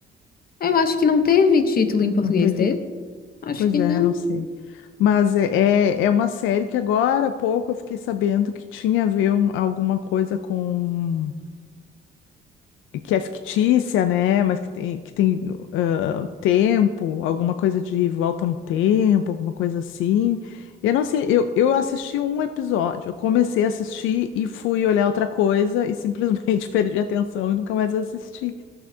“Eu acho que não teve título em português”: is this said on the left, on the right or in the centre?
Left